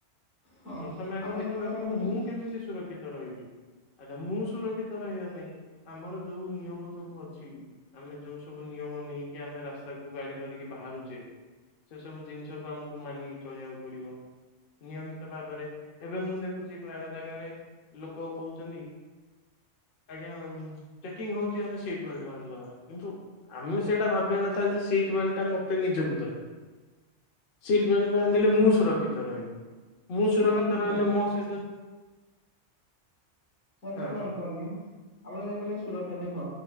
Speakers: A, on the left; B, on the left.
A: ହଁ
B: ପ୍ରଥମେ ଆଗ
A: ଆପଣ
B: ଦେଖିବା
A: ଯୋଉଟା
B: କଥା
A: କହିଲେ
B: ମୁଁ କେମିତି ସୁରକ୍ଷିତ ରହିବି। ଆଚ୍ଛା ମୁଁ ସୁରକ୍ଷିତ ରହିବା ପାଇଁ ଆମର ଯୋଉ ନିୟମ ସବୁ ଅଛି ଆମେ ଯୋଉ ସବୁ ନିୟମ ନେଇକି ଆମେ ରାସ୍ତାକୁୁ ଗାଡି ଧରିକି ବାହାର <unintelligible> ସେ ସବୁ ଜିନିଷକୁ ଆମକୁ ମାନିକି ଚଳିବାକୁ ପଡିବ। ନିୟମିତ ଭାବରେ ଏବେ ମୁଁ ଦେଖୁଛି ପ୍ରାୟ ଜାଗା ଜାଗାରେ ଲୋକ କହୁଛନ୍ତି ଆଜ୍ଞା ଚେକିଙ୍ଗ ହଉଛି ଆମେ ସିଟ ବେଲ୍ଟ ବାନ୍ଧିଦବା କିନ୍ତୁ ଆମେ ସେଇଟା ଭାବିବା କଥା ଯେ ସିଟ ବେଲ୍ଟଟା ମତେ ନିଜକୁ ଦରକାର ସିଟ ବେଲଟ ବାନ୍ଧିଲେ ମୁଁ ସୁରକ୍ଷିତ ରହିବି। ମୁଁ ସୁରକ୍ଷିତ
A: ଶୁଣନ୍ତୁ
B: ରହିଲେ ମୋ ସହିତ
A: ସର
B: ହଁ
A: ଶୁଣନ୍ତୁ ଆଜ୍ଞା ଆପଣ <unintelligible> ସୁରକ୍ଷା ଦେଖ